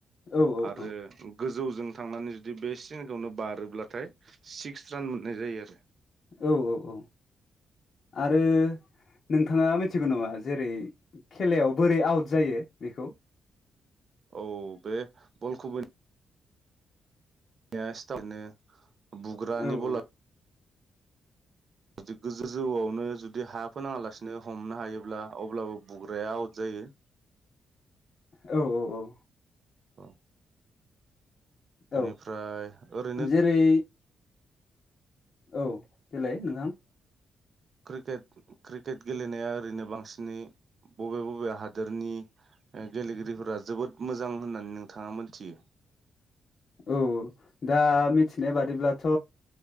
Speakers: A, on the left; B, on the right.
A: औ औ
B: आरो गोजौजों थांनानै जुदि बे सिनखौनो बारोब्लाथाय सिक्स रान मोननाय जायो आरो
A: औ औ औ आरो नोंथाङा मिथिगौ नामा जेरै खेलायाव बोरै आउट जायो बेखौ
B: औ बे बल खुबै या स्टामनो बुग्रानि
A: औ
B: बला
A: औ
B: जुदि गोजौ जौआवनो जुदि हा फोनाङालासिनो हमनो हायोब्ला अब्लाबो बुग्राया आउट जायो <unintelligible>
A: औ औ औ
B: औ बेनिफ्राय
A: औ
B: ओरैनो
A: जेरै औ देलाय नोंथां
B: क्रिकेट-क्रिकेट गेलेनाया ओरैनो बांसिनै बबे बबे हादोरनि ओ गेलेगिरिफोरा जोबोद मोजां होननानै नोंथाङा मोनथियो
A: औ दा मिथिनाय बादिब्लाथ'